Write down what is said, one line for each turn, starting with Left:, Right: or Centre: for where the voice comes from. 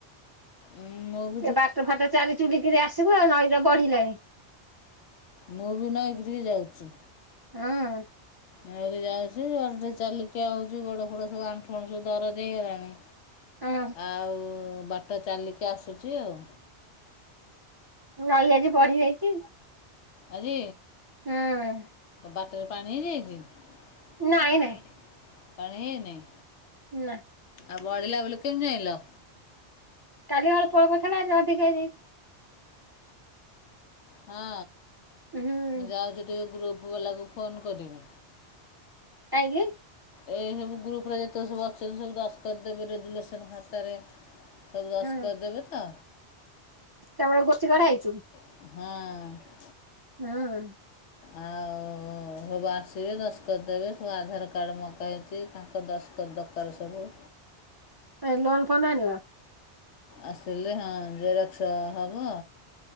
Left: ଉନ୍ ମୁ
Right: ଏ ବାଟ ଫାଟ ଚାଲି ଚୁଲିକିରି ଆସିବ ଆଉ ନଈଟା ବଢିଲାଣି।
Left: ମୁଁ ବି ନଇ ତୁଠ କୁ ଯାଉଚି।
Right: ଉଁ।
Left: ଇଆଡ଼େ ଯାଉଚି ଆଉଥେଟିକେ ଚାଲିକି ଆଉଚି ଗୋଡଫୋଡ ସବୁ ଆଣ୍ଠୁଗଣ୍ଠି ସବୁ ଦରଜ ହେଇଗଲାଣି।
Right: ହଁ
Left: ଆଉ ବାଟ ଚାଲିକି ଆସୁଛି ଆଉ।
Right: ନଈ ଆଜି ବଢି ଯାଇଛି।
Left: ଆଜି
Right: ହୁଁ।
Left: ବାଟରେ ପାଣି ହେଇଯାଇଛି?
Right: ନାଇଁ
Left: <inaudible>
Right: ନାଇଁ
Left: ପାଣି ହେଇନାଇ
Right: ନା
Left: ଆଉ ବଢ଼ିଲା ବୋଲି କିନ ଜାଣିଲ?
Right: କାଲି ଅଳ୍ପଅଳ୍ପ ଥିଲା ଆଜି ଅଧିକା ହେଇଯାଇଛି।
Left: ହଁ
Right: ହୁଁ
Left: ମୁଁ ଯାଉଛି ଟିକେ ଗ୍ରୁପ୍ ବାଲାକୁ ଫୋନ୍ କରିବି।
Right: କାହିଁକି?
Left: ଏ ସବୁ ଗ୍ରୁପ ରେ ଯେତେକ ସବୁ ଅଛନ୍ତି ସବୁ ଦସକତ ଦେବେ ରେଜୁଲେସନ ଖାତା ରେ ସବୁ ଦସକତ
Right: ହଁ
Left: ଦେବେ ତ
Right: ତମର ଗୋଷ୍ଠୀ ଗଢ଼ାହେଇଛି।
Left: ହୁଁ
Right: ହୁଁ
Left: ଆଉଉ ସବୁ ଆସିବେ ଦସ୍ତକ ଦେବେ ସବୁ ଆଧାରକାର୍ଡ ମଗା ହେଇଚି। ତାଙ୍କ ଦସ୍ତକ ଦରକାର ସବୁ
Right: ଏ ଲୋନଫୋନ ଆଣିବ।
Left: ଆସିଲେ ହଁ ଜେରକ୍ସ ହବ।